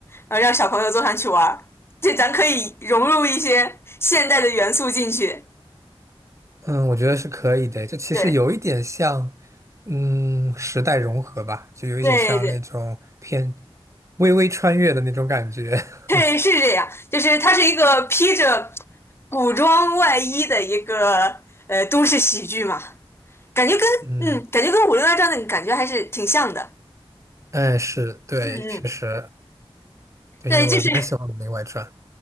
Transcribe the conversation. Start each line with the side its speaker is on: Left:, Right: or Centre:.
Left: 然后让小朋友坐上去玩儿，这咱可以融入一些现代的元素进去。
Right: 嗯，我觉得是可以的。这其实有一点像，
Left: 对
Right: 嗯，时代融合吧，就有一点像那种偏
Left: 对对
Right: 微微穿越的那种感觉。
Left: 对，
Right: <laughs>
Left: 是这样，就是它是一个披着古装外衣的一个呃都市喜剧嘛，感觉跟嗯，
Right: 嗯。
Left: 感觉跟《武林外传》的感觉还是挺像的。
Right: 哎，是，对，
Left: 嗯嗯，
Right: 确实，对，
Left: 对，
Right: 因为我还蛮喜欢《武林外传》。
Left: 就是